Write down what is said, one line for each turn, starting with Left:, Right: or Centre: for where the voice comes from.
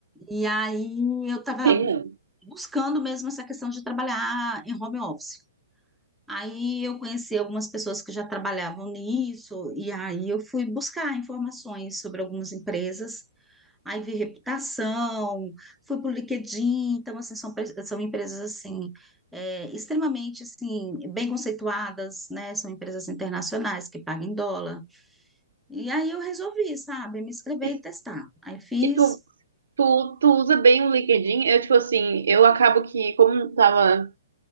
Centre: E aí eu estava
Right: tem mesmo.
Centre: buscando mesmo essa questão de trabalhar em home office. Aí eu conheci algumas pessoas que já trabalhavam nisso, e aí eu fui buscar informações sobre algumas empresas. Aí vi reputação, fui pro LinkedIn, então assim, são, pre- são empresas assim, é, extremamente assim, bem conceituadas, né? São empresas internacionais que pagam em dólar. E aí eu resolvi, sabe, me inscrever
Right: E,
Centre: e testar. Aí fiz,
Right: e tu Tu, tu usa bem o LinkedIn? Eu, tipo assim, eu acabo que, como tava